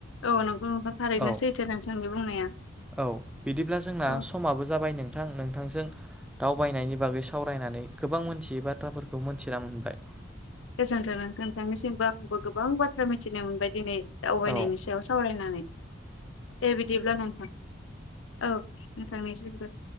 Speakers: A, on the left (about 85°); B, in the centre.
A: औ नोंखौ नोंथां थारैनो
B: औ
A: सैथो नोंथांनि बुंनाया
B: औ बिदिब्ला जोंना
A: औ
B: समाबो जाबाय नों नोंथां नोंथांजों दावबायनायनि बागै सावरायनानै गोबां मोनथियै बाथ्राफोरखौ मोनथिना मोनबाय।
A: गोजोनथों नोंथांनिसिमबो आंबो गोबां बाथ्रा मिथिनो मोनबाय। दिनै दावबायनायनि
B: औ
A: सायाव सावरायनानै दे बिदिब्ला नोंथां औ नोंथांनिसिमबो